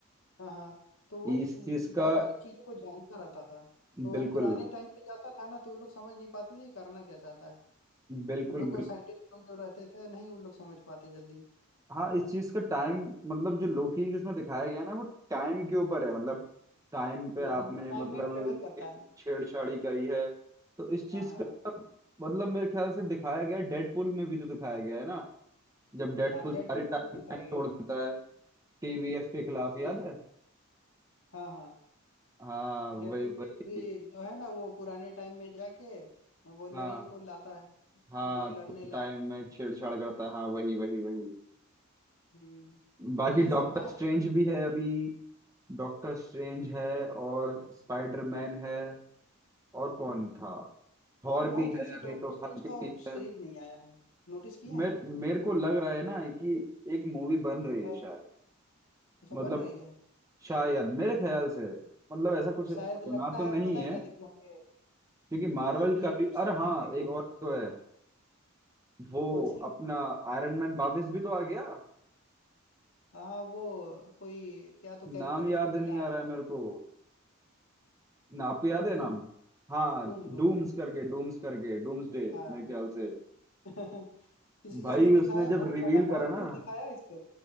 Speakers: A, on the left; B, on the right.
A: हाँ हाँ तो वो हम्म,
B: इस चीज
A: बहुत
B: का
A: सारी चीजों को जानता रहता था तो
B: बिल्कुल
A: पुराने टाइम पे जाता था ना तो वो लोग समझ नहीं पाते थे ये करना क्या चाहता है
B: बिल्कुल
A: वो लोग को साइंटिस्ट लोग जो रहते थे नहीं वो लोग समझ पाते जल्दी
B: हाँ इस चीज का टाइम मतलब जो लोकी जिसमें दिखाया गया ना वो टाइम के ऊपर है मतलब टाइम पे
A: हम्म
B: आपने
A: टाइम
B: मतलब
A: में ट्रेवल करता है
B: छेड़छाड़ी करी है तो इस चीज
A: हाँ हाँ
B: का मतलब मेरे ख्याल से दिखाया गया है डेडपुल में भी तो दिखाया गया है ना जब डेडपुल
A: हाँ डेडपुल
B: सारी
A: में
B: टाइम
A: भी दिखाया गया
B: तोड़ देता है टीवीएफ के खिलाफ याद
A: जी जी
B: है
A: हाँ हाँ
B: हाँ वही
A: डेडपुल
B: वही
A: में भी जो है ना वो पुराने टाइम में जाके वोल्वरिन
B: हाँ
A: को लाता है
B: हाँ
A: जो लड़ने
B: तो
A: लायक
B: टाइम में
A: हो
B: छेड़छाड़ करता है हाँ वही वही वही
A: हम्म
B: बाकी
A: तो ये
B: डॉक्टर
A: सब है
B: स्ट्रेंज भी है अभी डॉक्टर स्ट्रेंज है और
A: अच्छा।
B: स्पाइडरमैन है और कौन था थॉर
A: ये बहुत
B: भी
A: दिन
B: है
A: से
B: अभी
A: डॉक्टर
B: तो
A: स्ट्रेंज
B: हल्क
A: का
B: भी
A: कुछ
B: है
A: सीरीज नहीं आया है नोटिस किया
B: मेरे
A: है
B: मेरे को लग रहा है ना कि एक मूवी बन रही है
A: हाँ।
B: शायद
A: अच्छा
B: मतलब
A: बन रही है
B: शायद मेरे ख्याल से मतलब ऐसा कुछ सुना
A: शायद लगता
B: तो
A: है
B: नहीं
A: आप पता है
B: है
A: क्या देखे होंगे
B: क्योंकि मार्वल
A: डिलीटेड
B: का भी अरे
A: सीन
B: हाँ
A: देखे
B: एक
A: होंगे
B: और तो है वो
A: कौन सी
B: अपना आयरन मैन वापस भी तो आ गया
A: हाँ वो कोई क्या तो कैरेक्टर
B: नाम याद
A: उसको मिला
B: नहीं आ रहा है मेरे को ना आपको याद
A: है
B: है
A: डूम
B: नाम हाँ
A: Doom Doom
B: डूम्स करके डूम्स करके डूम्स डे
A: हाँ
B: मेरे ख्याल से
A: <laughs> इस,
B: भाई
A: इसमें दिखाया
B: उसने
A: है,
B: जब
A: बहुत
B: रिवील
A: ज्यादा
B: करा
A: पावरफुल
B: ना
A: दिखाया है इसको